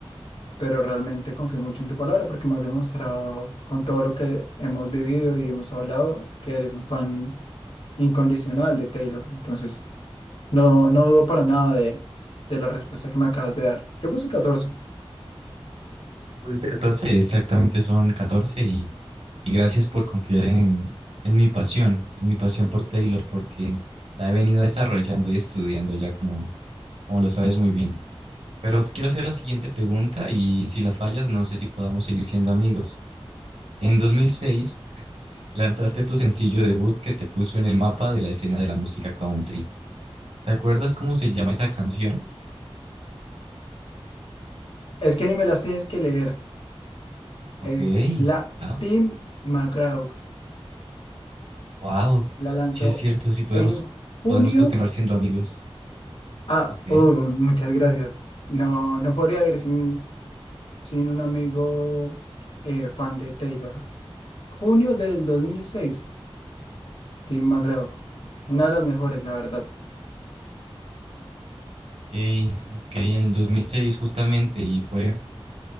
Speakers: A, on the left; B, on the right.
A: pero realmente confío mucho en tu palabra porque me has demostrado con todo lo que hemos vivido y hemos hablado que eres un fan incondicional de Taylor. Entonces... No, no dudo para nada de, de la respuesta que me acabas de dar. Yo puse catorce
B: Pusiste 14, exactamente son 14 y, y gracias por confiar en, en mi pasión, en mi pasión por Taylor, porque la he venido desarrollando y estudiando ya como, como lo sabes muy bien. Pero te quiero hacer la siguiente pregunta y si la fallas no sé si podamos seguir siendo amigos. En 2006 lanzaste tu sencillo debut que te puso en el mapa de la escena de la música country. ¿Te acuerdas cómo se llama esa canción?
A: Es que ni me las tienes que leer.
B: Ok,
A: Es la
B: wow.
A: Tim McGraw.
B: Wow,
A: La lanzó
B: sí es cierto, sí podemos,
A: en junio.
B: podemos continuar siendo amigos.
A: Ah,
B: Ok,
A: oh, muchas gracias. No, no podría ir sin, sin un amigo eh, fan de Taylor. Junio del dos mil seis Tim McGraw. Una de las mejores, la verdad.
B: ok, ok, en el 2006 justamente y fue